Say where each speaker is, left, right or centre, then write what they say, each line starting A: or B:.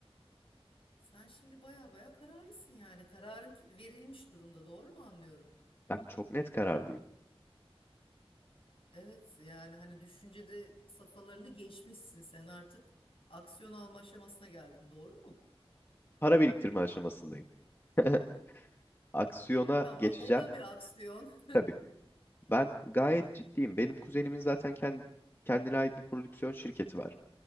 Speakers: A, on the left; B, on the left.
A: Sen şimdi baya baya kararlısın yani. Kararın ki- verilmiş durumda. Doğru mu anlıyorum?
B: Ben çok net kararlıyım.
A: Evet yani hani düşüncede safhalarını geçmişsin sen artık aksiyon alma aşamasına geldin doğru mu?
B: Para biriktirme aşamasındayım. <laughs> Aksiyona
A: Tamam
B: geçeceğim.
A: o da bir aksiyon. <laughs>
B: Tabii. Ben gayet ciddiyim. Benim kuzenimin zaten kend- kendine ait bir prodüksiyon şirketi var.